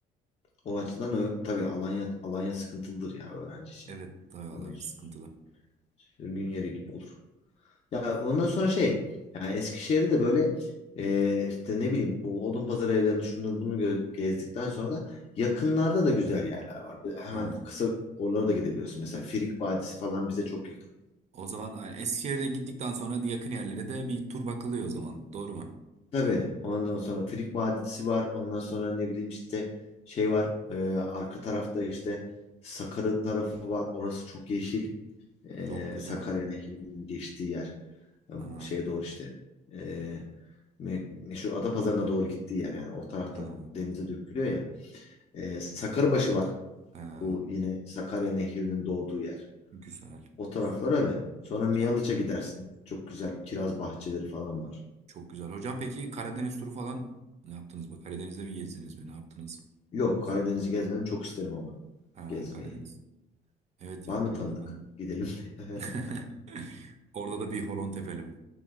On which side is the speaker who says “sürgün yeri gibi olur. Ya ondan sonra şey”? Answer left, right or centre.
Left